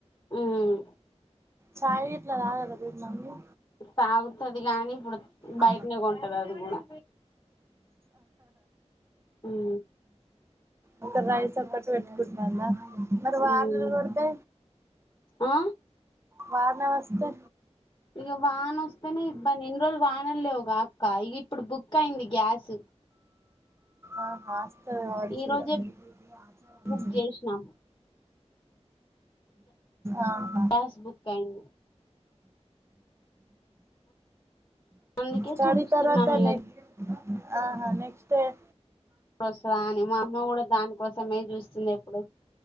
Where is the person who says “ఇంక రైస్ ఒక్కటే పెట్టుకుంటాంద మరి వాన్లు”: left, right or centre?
Right